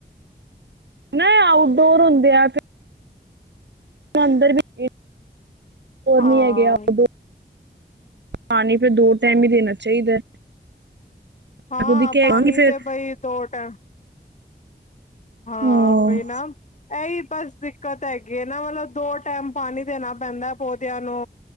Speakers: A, on the right; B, on the left.
A: ਨਾ ਇਹ ਆਊਟਡੋਰ ਹੁੰਦੇ ਆ ਤੇ ਅੰਦਰ ਦਰ
B: ਹਾਂ
A: ਨਹੀਂ ਹੈਗੇ ਉਹ ਦੋ ਪਾਣੀ ਪ ਦੋ ਟਾਈਮ ਹੀ ਦੇਣਾ ਚਾਹੀਦਾ।
B: ਹਾਂ
A: ਮੈਂ ਖੁਦ ਹੀ ਕਹਾਂਗੀ
B: ਪਾਣੀ
A: ਫਿਰ
B: ਤੇ ਬਈ ਦੋ ਟਾਈਮ ਹਾਂ
A: ਹਮ
B: ਹੀ ਨਾ ਇਹੀ ਬਸ ਦਿੱਕਤ ਹੈਗੀ ਹੈ ਨਾ ਮਤਲਬ ਦੋ ਟਾਈਮ ਪਾਣੀ ਦੇਣਾ ਪੈਂਦਾ ਪੌਦਿਆਂ ਨੂੰ